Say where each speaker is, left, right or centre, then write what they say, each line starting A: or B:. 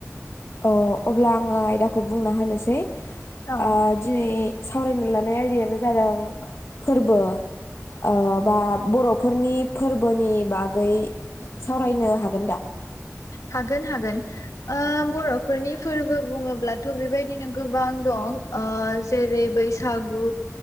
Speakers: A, on the left (about 55°); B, on the left (about 80°).
A: अ अब्ला आङो आयदाखौ बुंना होनोसै
B: औ
A: आ दिनै सावरायनो लानाय आयदायानो जादों फोरबो ओ बा बर'फोरनि फोरबोनि बागै सावरायनो हागोन दा?
B: हागोन हागोन ओ बर'फोरनि फोरबो बुङोब्लाथ' बेबायदिनो गोबां दं ओ जेरै बैसागु